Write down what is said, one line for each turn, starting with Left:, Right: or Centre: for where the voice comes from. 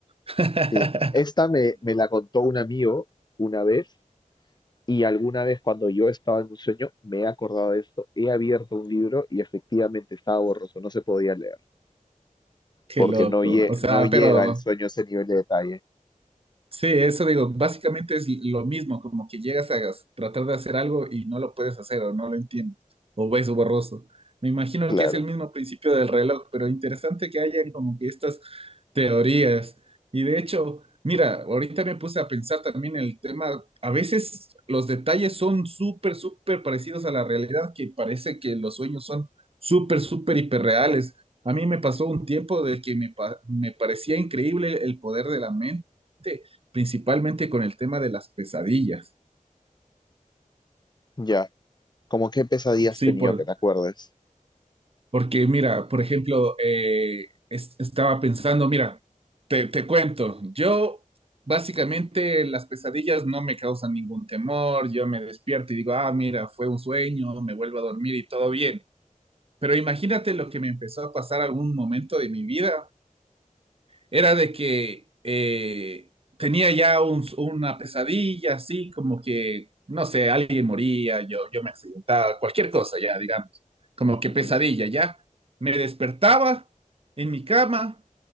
Right: <laughs>
Left: Sí, Esta me, me la contó un amigo una vez y alguna vez cuando yo estaba en un sueño me he acordado de esto. He abierto un libro y efectivamente estaba borroso, no se podía leer
Right: Qué
Left: porque
Right: loco.
Left: no, lle-
Right: O sea,
Left: no llega
Right: pero
Left: el sueño a ese nivel de detalle.
Right: Sí, eso digo, básicamente es lo mismo, como que llegas a gas- tratar de hacer algo y no lo puedes hacer o no lo entiendes, o ves borroso. Me imagino
Left: Claro,
Right: que es el mismo principio del reloj, pero interesante que hayan como que estas teorías. Y de hecho, mira, ahorita me puse a pensar también en el tema, a veces los detalles son súper, súper parecidos a la realidad, que parece que los sueños son súper, súper hiperreales. A mí me pasó un tiempo de que me, pa- me parecía increíble el poder de la mente principalmente con el tema de las pesadillas.
Left: ya. ¿Cómo qué pesadillas
Right: Sí,
Left: has tenido
Right: por,
Left: que te acuerdes?
Right: porque mira, por ejemplo, eh, es- estaba pensando, mira, te, te cuento, yo básicamente las pesadillas no me causan ningún temor, yo me despierto y digo, ah, mira, fue un sueño, me vuelvo a dormir y todo bien. Pero imagínate lo que me empezó a pasar algún momento de mi vida era de que eh, tenía ya un- una pesadilla, así como que, no sé, alguien moría, yo, yo me accidentaba, cualquier cosa ya, digamos, como que
Left: Ujú.
Right: pesadilla ya. Me despertaba en mi cama